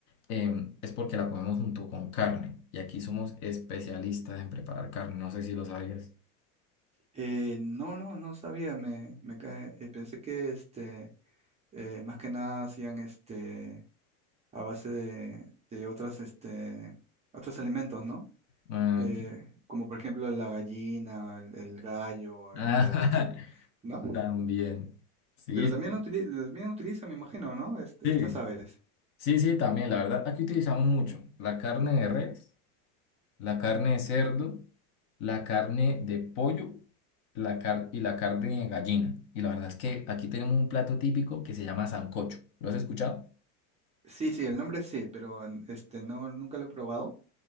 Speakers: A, on the left; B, on the right.
A: em, es porque la comemos junto con carne. Y aquí somos especialistas en preparar carne, no sé si lo sabías.
B: Eh, no, no, no sabía, me, me cae- eh, pensé que este, eh, más que nada hacían este a base de, de otras, este, otros alimentos, ¿no?
A: Ah,
B: Eh,
A: ok.
B: como por ejemplo la gallina, el, el gallo, o,
A: ah, <laughs>
B: o es, ¿no?
A: también. Sí,
B: Pero
A: sí,
B: también lo utili- también utilizan, me imagino, ¿no? Est-
A: sí,
B: estas aves.
A: sí, sí, también. La verdad, aquí utilizamos mucho la carne de res. la carne de cerdo, la carne de pollo la car- y la carne de gallina. Y la verdad es que aquí tenemos un plato típico que se llama sancocho. ¿Lo has escuchado?
B: Sí, sí, el nombre sí, pero en- este, no, nunca lo he probado,